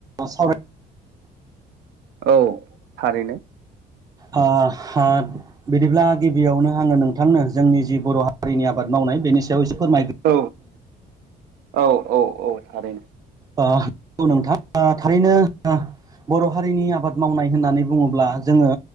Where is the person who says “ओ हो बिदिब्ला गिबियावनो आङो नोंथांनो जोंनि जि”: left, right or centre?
Right